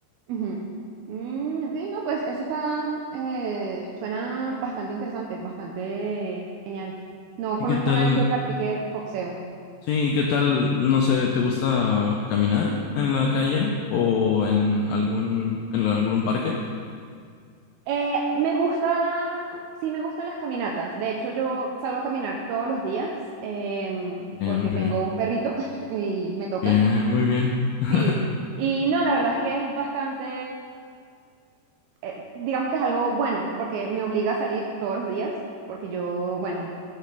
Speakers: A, on the right; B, on the left.
A: Ujú. Mm, ok, no, pues eso está, eh, suena bastante interesante, bastante genial. No
B: ¿Y
A: conozco
B: qué tal?
A: a nadie que practique boxeo.
B: Sí, ¿y qué tal? No sé, ¿te gusta caminar en la calle o en algún, en algún parque?
A: Eh, me gusta, sí me gustan las caminatas. De hecho, yo salgo a caminar todos los días em,
B: Bien,
A: porque
B: muy
A: tengo
B: bien.
A: un perrito <laughs> y me toca.
B: Bien, muy bien.
A: Sí.
B: <laughs>
A: Y no, la verdad es que es bastante, eh, digamos que es algo bueno porque me obliga a salir todos los días porque yo, bueno.